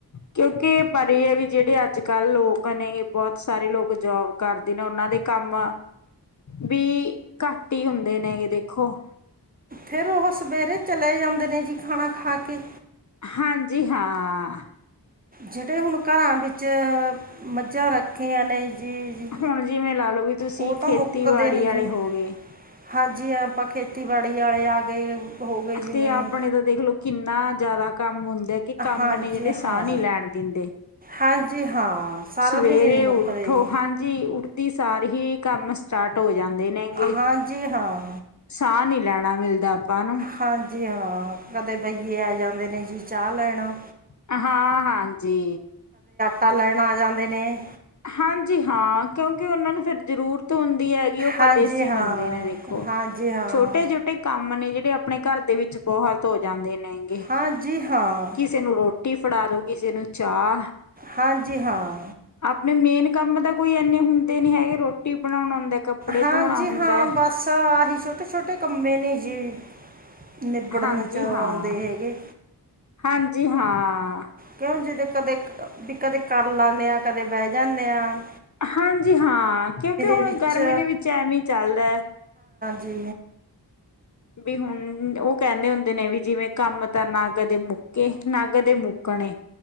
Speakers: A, on the left (about 45°); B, on the right (about 20°).
A: ਕਿਉਂ ਕਿ ਇਹ ਪਰ ਹੈ ਵੀ ਜਿਹੜੇ ਅੱਜ ਕੱਲ੍ਹ ਲੋਕ ਨੇ ਬਹੁਤ ਸਾਰੇ ਲੋਕ ਜੋਬ ਕਰਦੇ ਨੇ ਉਹਨਾਂ ਦੇ ਕੰਮ ਵੀ ਘੱਟ ਹੀ ਹੁੰਦੇ ਨੇਗੇ, ਦੇਖੋ
B: ਫੇਰ ਉਹ ਸਵੇਰੇ ਚਲੇ ਜਾਂਦੇ ਨੇ ਜੀ, ਖਾਣਾ ਖਾ ਕੇ
A: ਹਾਂਜੀ ਹਾਂ
B: ਜਿਹੜੇ ਹੁਣ ਘਰਾਂ ਵਿੱਚ ਮੱਝਾਂ ਰੱਖੀਆਂ ਨੇ ਜੀ
A: ਹੁਣ ਜਿਵੇਂ ਲਾ ਲਓ ਵੀ ਤੁਸੀਂ
B: ਉਹ ਤਾਂ
A: ਖੇਤੀਬਾੜੀ
B: ਮੁੱਕਦੇ ਨਹੀਂ
A: ਵਾਲੇ
B: ਜੀ
A: ਹੋ ਗਏ
B: ਹਾਂਜੀ, ਆਪਾਂ ਖੇਤੀਬਾੜੀ ਆਲੇ ਆ ਗਏ ਹੋ ਗਏ ਜਿਵੇਂ
A: ਤੇ ਆਪਣੇ ਤਾਂ ਦੇਖਲੋ ਕਿੰਨਾ ਜ਼ਿਆਦਾ ਕੰਮ ਹੁੰਦਾ ਕਿ ਕੰਮ
B: ਹਾਂਜੀ
A: ਨੇ ਜਿਹੜੇ ਸਾਹ
B: ਹਾਂ
A: ਨ ਲੈਣ ਦਿੰਦੇ
B: ਹਾਂਜੀ ਹਾਂ ਸਾਰਾ
A: ਸਵੇਰੇ
B: ਦਿਨ ਹੀ ਨਹੀਂ ਮੁੱਕਦੇ
A: ਉੱਠੋ,
B: ਜੀ
A: ਹਾਂਜੀ ਉੱਠਦੀ ਸਾਰ ਹੀ ਕੰਮ ਸਟਾਰਟ ਹੋ ਜਾ ਨੇਗੇ,
B: ਹਾਂਜੀ ਹਾਂ
A: ਸਾਹ ਨੀ ਲੈਣਾ ਮਿਲਦਾ ਆਪਾਂ ਨੂੰ
B: ਹਾਂਜੀ ਹਾਂ ਕਦੇ ਬਹੀਏ ਆ ਜਾਂਦੇ ਨੇ ਜੀ ਚਾਹ ਲੈਣ
A: ਹਾਂ ਹਾਂਜੀ
B: ਟਾ ਲੈਣ ਆ ਜਾਂਦੇ ਨੇ
A: ਹਾਂਜੀ ਹਾਂ, ਕਿਉਂਕਿ ਉਹਨਾਂ ਨੂੰ ਫਿਰ ਜ਼ਰੂਰ ਹੁੰਦੀ ਹੈਗੀ, ਉਹ ਪਰਦੇਸੀ
B: ਹਾਂਜੀ ਹਾਂ
A: ਬੰਦੇ ਨੇ ਦੇਖੋ,
B: ਹਾਂਜੀ ਹਾਂ
A: ਛੋਟੇ ਛੋਟੇ ਕੰਮ ਨੇ ਜਿਹੜੇ ਆਪਣੇ ਘਰ ਦੇ ਵਿੱਚ ਬਹੁਤ ਹੋ ਜਾਂਦੇ ਨੇਗੇ,
B: ਹਾਂਜੀ ਹਾਂ
A: ਕਿਸੇ ਨੂੰ ਰੋ ਰਟੀ ਫੜਾ ਦੋ ਕਿਸੇ ਨੂੰ ਚਾਹ
B: ਹਾਂਜੀ, ਹਾਂ।
A: ਅਪਣੇ ਮੇਨ ਕੰਮ ਤਾਂ ਕੋਈ ਏਨੇ ਹੁੰਦੇ ਨੀ ਹੈਗੇ ਰੋਟੀ ਰੋਟੀ ਬਣਾਉਣਾ ਹੁੰਦਾ ਕੱਪੜੇ
B: ਹਾਂਜੀ
A: ਧੋਣਾ ਹੁੰਦਾ
B: ਹਾਂ ਬਸ ਆਹੀ ਛੋਟੇ ਛੋਟੇ ਕੰਮੇ ਨੀ ਜੀ ਨਿਬੜਨ
A: ਹਾਂਜੀ
B: ਚ ਆਉਂਦੇ,
A: ਹਾਂ
B: ਹੈਗੇ
A: ਹਾਂਜੀ ਹਾਂ
B: ਕਿਉਂ ਜਿਦ ਕਦੇ ਵੀ ਕਦੇ ਕਰ ਲੈਂਨੇ ਆ, ਕਦੇ ਬਹਿ ਜਾਂਨੇ ਆ
A: ਹਾਂਜੀ ਹਾਂ, ਕਿਉਂਕਿ ਹੁਣ,
B: ਵਿੱਚ
A: ਗਰਮੀ ਦੇ ਵਿੱਚ ਐਵੇ ਈ ਚੱਲਦੇ
B: ਜੀ
A: ਵੀ ਹੁਣ ਉਹ ਕਹਿੰਦੇ ਹੁੰਦੇ ਨੇ ਵੀ ਜਿਵੇਂ, ਕੰਮ ਤਾਂ ਨਾ ਕਦੇ ਮੁੱਕੇ ਨਾ ਕਦੇ ਮੁੱਕ ਖਣੇ